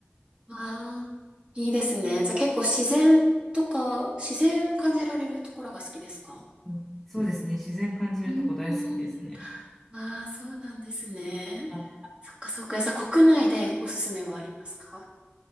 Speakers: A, on the right; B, in the centre.
A: う。わあ、いいですね。じゃあ結構自然とか、自然を感じられるところが好きですか
B: うんそうですね、自然感じるとこ大好きですね。
A: うーん。ああ、そうなんですね。
B: は
A: そっかそっか。じゃあ国内でおすすめはありますか